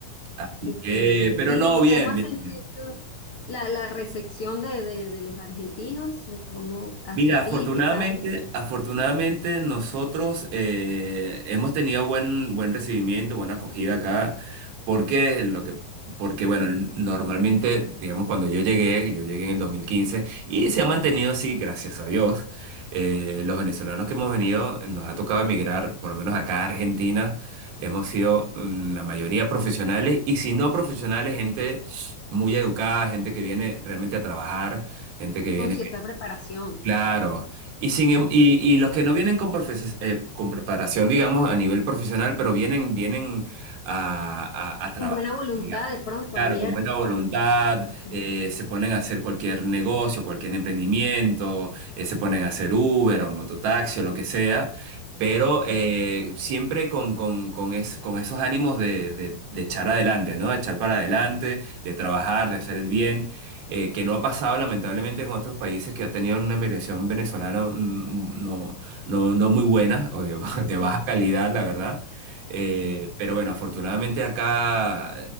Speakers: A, on the right (about 85°); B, on the left (about 80°).
A: Así que,
B: Qué bien.
A: pero
B: ¿Y,
A: no, bien,
B: y cómo has
A: bien.
B: sentido la, la recepción de, de, de los argentinos? ¿Cómo hacia
A: Mira, afortunadamente,
B: ti? ¿Qué tal?
A: afortunadamente nosotros eh, hemos tenido buen, buen recibimiento, buena acogida acá, porque lo que, porque bueno, normalmente, digamos, cuando yo llegué, yo llegué en el 2015, y se ha mantenido así, gracias a Dios. Eh, los venezolanos
B: Ujú.
A: que hemos venido, nos ha tocado emigrar, por lo menos acá a Argentina, hemos sido mm, la mayoría profesionales y si no profesionales, gente muy educada, gente que viene realmente a trabajar gente que viene
B: Con cierta preparación, claro.
A: Claro, y, sin, em-
B: Ujú.
A: y, y los que no vienen con, profes- eh, con preparación, digamos, a nivel profesional, pero vienen, vienen a, a- a trabajar,
B: Con buena voluntad,
A: digamos.
B: de pronto,
A: Claro,
B: abierto
A: con buena voluntad,
B: a... ujú,
A: eh, se ponen a hacer cualquier negocio, cualquier emprendimiento, eh, se ponen a hacer Uber o mototaxi o lo que sea, pero
B: Ok,
A: eh, siempre con, con, con, es- con esos ánimos de, de, de echar adelante, ¿no? De echar para adelante, de trabajar, de hacer el bien eh, que no ha pasado lamentablemente en otros países que ha tenido una migración venezolana mm, no, no, no muy buena o de, <laughs>
B: sí,
A: de baja calidad, la
B: sí,
A: verdad. Eh,
B: sí,
A: pero
B: sí.
A: bueno, afortunadamente
B: sí.
A: acá,